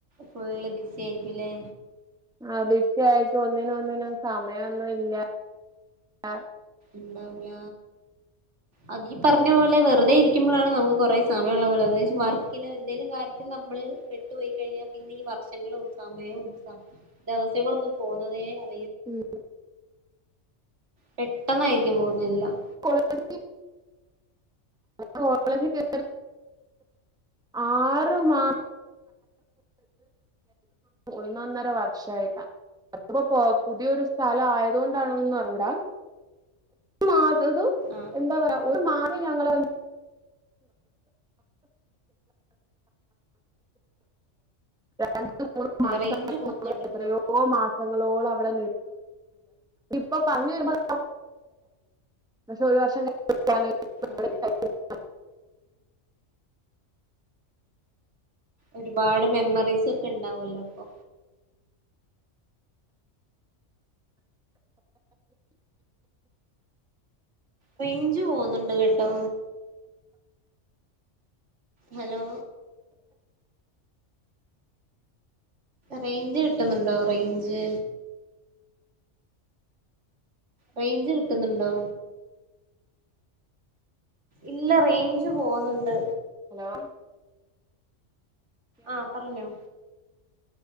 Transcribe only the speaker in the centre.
ആ <unintelligible> ഒന്നിനും ഒന്നിനും സമയംഒന്നും ഇല്ല ആഹ്
ഉം
കോളേജ് കോളേജ് ആറ് മാസ ഒന്നൊന്നര വർഷമായിട്ടാണ് അപ്പോ പുതിയൊരു സ്ഥലം ആയതൊണ്ടാണും അറിഞ്ഞൂടാ മാസം
എന്താ പറയാ ഒരു മാസം ഞങ്ങളറി ര മൂന്ന്
എത്രയോ മാസങ്ങളോളം അവിടെ ഇപ്പ പറഞ്ഞു വരുമ്പോ പക്ഷെ ഒരു വർഷം <unintelligible>
ഹലോ